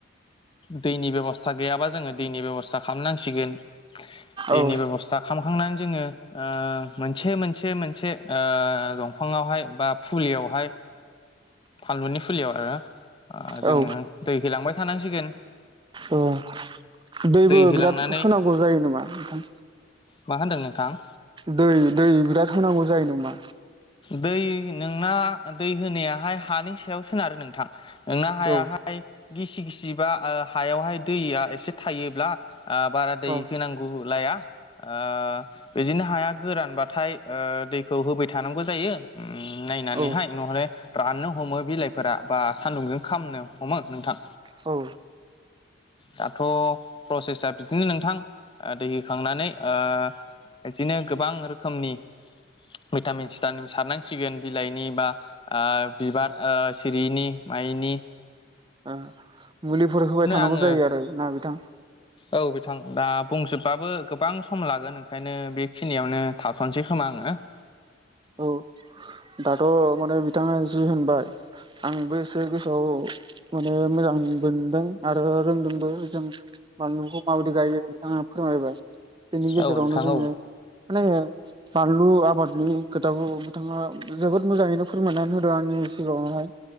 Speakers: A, on the left (about 25°); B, on the right (about 25°).
A: दैनि बेब'स्था गैयाबा जोङो दैनि बेब'स्था खालामनांसिगोन दैनि
B: औ
A: बेबसथा खाम खांनानै जोङो मोनसे मोनसे मोनसे ओ दंफाङावहाय बा फुलियाव बेहाय फानलुनि फुलियाव ओ जोङो
B: औ
A: दै होलांबाय थानांसिगोन
B: ओम दैबो
A: दै होलांनानै
B: बिराद होनांगौ जायो नामा नोंथां?
A: मा होनदों नोंथां?
B: दै दै बिराद होनांगौ जायो नामा?
A: दै नोंना दै होनायाहाय हानि सायाव सोनारो नोंथां। नोंना हायाहाय
B: औ
A: गिसि गिसिबा हायावहाय दैया एसे थायोब्ला बारा दै
B: औ
A: होनां लाया आ, बिदिनो हाया गोरानबाथाय दैखौ होबाय थानांगौ जायो। ओम, नायनानैहाय
B: औ
A: <unintelligible> राननो हमो बिलाइफोरा बा सान्दुंजों खामनो हमो नोंथां।
B: औ,
A: दाथ' प्रसेसआ बिदिनो नोंथां दै होखांनानै ओ, बिदिनो गोबां रोखोमनि भिटामिन्स भिटामिन सारनांसिगोन बिलाइनि बा आ, बिबार सिरियिनि मायिनि
B: आ मुलिफोर होबाय थानांगौ
A: आङो
B: जायो आरो ना बिथां?
A: औ बिथां। दा बुंजोबबाबो गोबां सम लागोन ओंखायनो बेखिनियावनो थाथ'नोसै खोमा आङो। <inaudible>
B: औ दाथ' माने बिथाङा जि होनबाय आंबो एसे गोसोआव माने मोजां मोनदों आरो रोंदोंबो जों बानलुखौ माबायदि गायो बिथांमोना फोरमायबाय बेनि गेजेरावनो
A: औ नोंथां
B: जोङो
A: औ
B: माने बानलु आबादनि खोथाखौ बिथाङा जोबोद मोजाङैनो फोरमायनानै होदों आंनि सिगाङावहाय